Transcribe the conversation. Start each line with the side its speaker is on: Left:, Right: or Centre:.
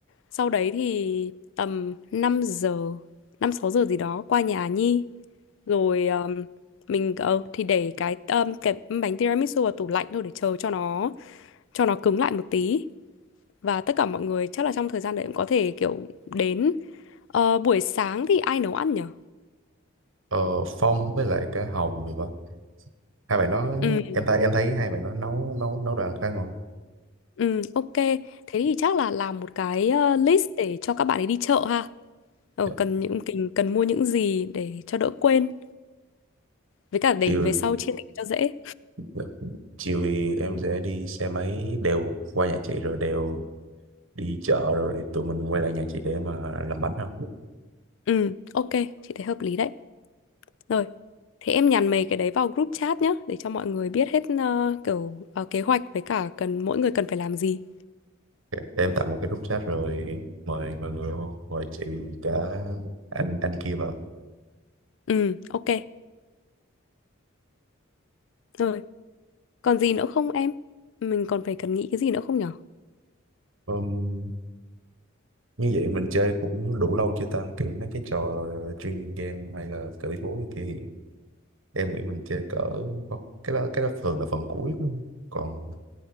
Left: Sau đấy thì tầm 5 giờ, 5 6 giờ gì đó qua nhà Nhi rồi ờm, mình ờ thì để cái ờm, cái bánh tiramisu vào tủ lạnh thôi để chờ cho nó cho nó cứng lại một tí. Và tất cả mọi người chắc là trong thời gian đấy cũng có thể kiểu đến Ờ, buổi sáng thì ai nấu ăn nhở?
Right: ờ, Phong với lại cái Hồng thì vậy hai bạn đó
Left: Ừ,
Right: em thấy em thấy hai bạn đó nấu nấu nấu đồ ăn khá ngon
Left: ừ, ok. Thế thì chắc là làm một cái ờ, list để cho các bạn ấy đi chợ ha. Ờ,
Right: Dạ.
Left: cần những cần, cần mua những gì để cho đỡ quên. Với cả để
Right: chiều
Left: về sau chia tiền cho dễ.
Right: được. chiều thì em sẽ đi xe máy đều qua nhà chị rồi đều đi chợ rồi tụi mình quay lại nhà chị để mà làm bánh không
Left: Ừ, ok, chị thấy hợp lý đấy. Rồi, thế em nhắn mấy cái đấy vào group chat nhá, để cho mọi người biết hết ờ, kiểu ờ, kế hoạch với cả cần mỗi người cần phải làm gì.
Right: Để em tạo một cái group chat rồi mời mọi người vô, mời chị cả anh anh kia vào.
Left: Ừ, ok. Rồi, còn gì nữa không em? Mình còn phải cần nghĩ cái gì nữa không nhở?
Right: Ừm, như vậy mình chơi cũng đủ lâu chưa ta? Kiểu mấy cái trò chuyên game hay là cờ lý bố kia thì em nghĩ mình chơi cỡ cái đó cái đó thường là phần cuối đúng còn